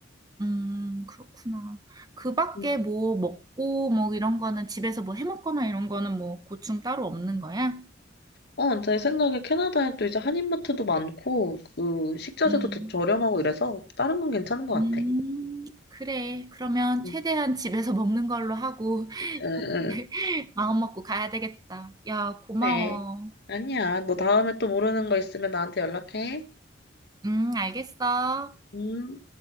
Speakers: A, on the right; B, on the left.
A: 음. 그렇구나. 그 밖에
B: 음.
A: 뭐 먹고 뭐 이런 거는 집에서 뭐 해 먹거나 이런 거는 뭐 고충 따로 없는 거야?
B: 어, 제 생각에 캐나다에 또 이제 한인마트도 많고, 그, 식자재도
A: 음.
B: 더 저렴하고 이래서, 다른 건 괜찮은 것 같아.
A: 음, 그래. 그러면
B: 음.
A: 최대한 집에서 먹는 걸로 하고
B: 응,
A: <laughs>
B: 응.
A: 마음 먹고 가야 되겠다. 야, 고마워.
B: 네. 아니야. 너 다음에 또 모르는 거 있으면 나한테 연락해.
A: 음, 알겠어.
B: 음.